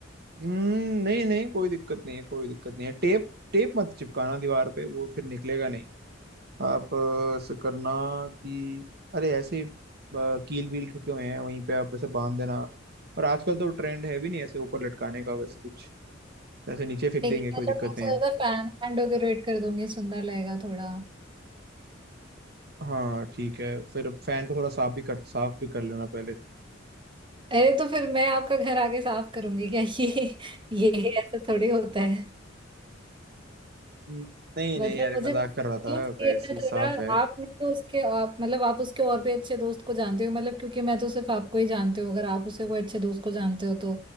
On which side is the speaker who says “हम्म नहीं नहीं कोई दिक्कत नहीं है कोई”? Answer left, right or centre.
Right